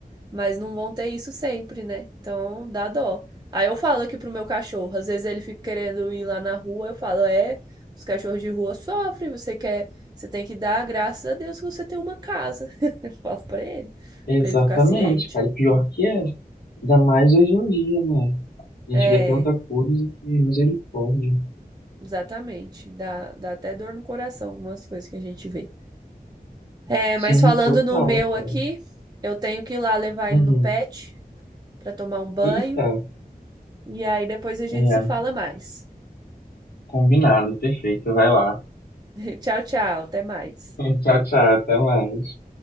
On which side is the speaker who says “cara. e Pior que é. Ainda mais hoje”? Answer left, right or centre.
Left